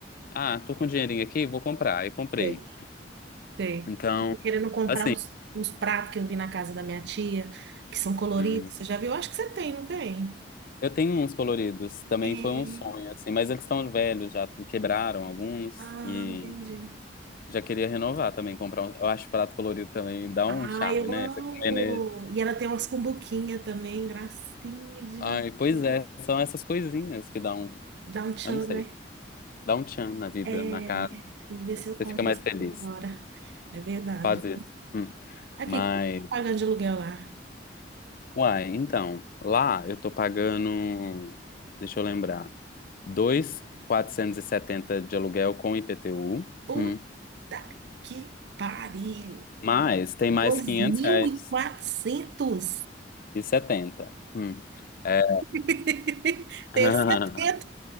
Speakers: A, on the left; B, on the right.
A: ah, tô com um dinheirinho aqui, vou comprar. Aí comprei.
B: Sei, sei.
A: Então,
B: Tô querendo comprar
A: assim.
B: uns, uns pratos que eu vi na casa da minha tia, que são coloridos.
A: hum,
B: Você já viu? Eu acho que você tem, não tem?
A: Eu tenho uns coloridos, também
B: É,
A: foi um sonho, assim, mas eles estão velhos já, quebraram alguns
B: Ah,
A: e
B: entendi.
A: já queria renovar também, comprar um, eu acho prato colorido também dá
B: Ah,
A: um charme,
B: eu
A: né?
B: amo!
A: Você comer nele.
B: E ela tem umas cumbuquinhas também, gracinha demais.
A: Ai, pois é, são essas coisinhas que dão, um-
B: Dá um tchan,
A: eu não sei,
B: né?
A: dá um tchan na vida,
B: É,
A: na casa,
B: eu vou ver se eu
A: você
B: compro
A: fica mais
B: esse
A: feliz,
B: agora. É verdade.
A: faz isso. Hum.
B: Aqui,
A: Mas,
B: como que tá pagando de aluguel lá?
A: uai, então, lá eu tô pagando, deixa eu lembrar, Dois mil quatrocentos e setenta de aluguel com IPTU.
B: Puta
A: Hum.
B: que pariu!
A: Mas tem
B: Dois
A: mais 500
B: mil
A: reais
B: e quatrocentos.
A: e 70. Hum. É.
B: <laughs> Tenho
A: <laughs>
B: certeza.